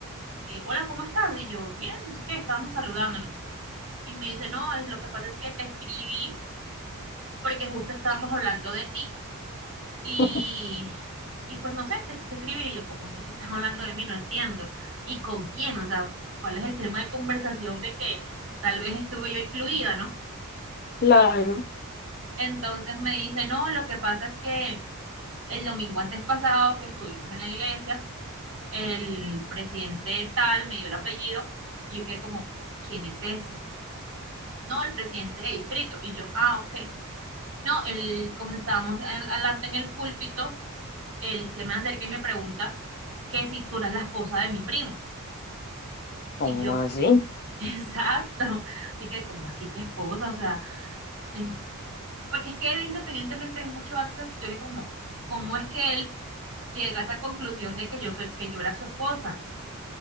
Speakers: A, on the right; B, on the left.
A: eh, hola, ¿cómo estás? Y yo, bien, no sé qué, estábamos saludándonos. Y me dice, no, es lo que pasa es que te escribí porque justo estábamos hablando de ti y,
B: <laughs>
A: y pues no sé, te quise escribir y yo, ¿cómo así que estás hablando de mí? No entiendo. ¿Y con quién? O sea, ¿cuál es el tema de conversación de que tal vez estuve yo incluida, ¿no?
B: Claro,
A: Entonces me dice, no, lo que pasa es que el domingo antes pasado que estuvimos en la iglesia, el presidente tal me dio el apellido y yo quedé como, ¿quién es ese? No, el presidente de distrito. Y yo, ah, ok. No, él, como estábamos al- adelante en el púlpito, él se me acerca y me pregunta que si tú eras la esposa de mi primo.
B: ¿cómo
A: Y yo,
B: así?
A: ¿qué? <laughs> exacto. Y que como así que esposa, o sea, en- porque es que él independientemente mucho antes, yo le como, ¿cómo es que él llega a esa conclusión de que yo soy, que yo era su esposa?